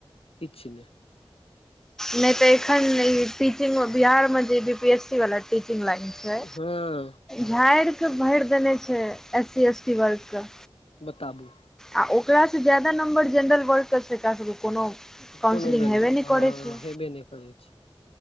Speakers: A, on the left; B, in the centre.
A: किछ नै
B: नै तऽ एखन नय टीचिंग मे बिहार मे जे बीपी एस सी वला टीचिंग लाइन छै
A: हँ
B: झाड़िकऽ भैर देने छै एस सी एस टी वर्ग क
A: बताबू
B: आ ओकरासँ ज्यादा नम्बर जेनरल वर्ल्ड के छै <unintelligible> सबके कोनो काउंसिलिंग
A: कोनो वैल्यू
B: हेबे नै
A: हँ
B: करै छै
A: हेबे नहि करै छै